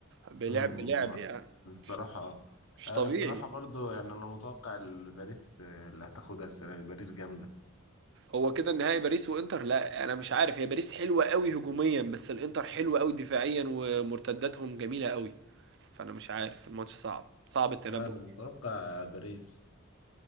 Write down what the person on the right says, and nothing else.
بلعب
بلعب يعني
مش
مش
طبيعي
هو كده النهائي باريس وانتر لا انا مش عارف هي باريس حلوه قوي هجوميا بس الانتر حلوه قوي دفاعيا ومرتداتهم جميله قوي فانا مش عارف الماتش صعب صعب التنبؤ